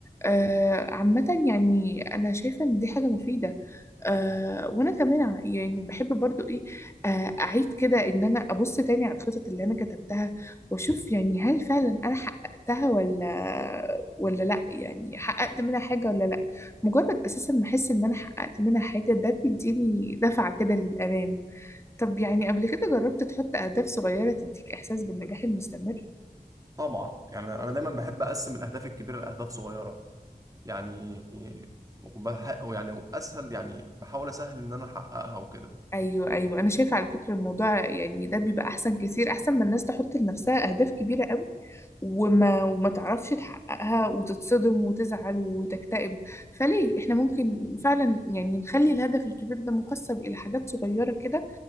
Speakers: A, on the left; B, on the right.
A: آه عامة يعني انا شايفة ان دي حاجة مفيدة آه وانا كمان ع- يعني بحب برضو ايه آه اعيد كده ان انا ابص تاني على الخطط اللي انا كتبتها واشوف يعني هل فعلا انا حققتها ولا ولا لا يعني حققت منها حاجة ولا لا مجرد اساسا ما احس ان انا حققت منها حاجة ده بيديني دفعة كده للامام طب يعني قبل كده جربت تحط اهداف صغيرة تديك احساس بالنجاح المستمر
B: طبعا يعني انا دايما بحب اقسم الاهداف الكبيره لاهداف صغيره يعني وبحقق يعني اسهل يعني بحاول اسهل ان انا احققها وكده
A: ايوه ايوه انا شايفه على فكره الموضوع يعني ده بيبقى احسن كتير احسن ما الناس تحط لنفسها اهداف كبيره قوي وما وما تعرفش تحققها وتتصدم وتزعل وتكتئب فليه احنا ممكن فعلا يعني نخلي الهدف الكبير ده مقسم الى حاجات صغيره كده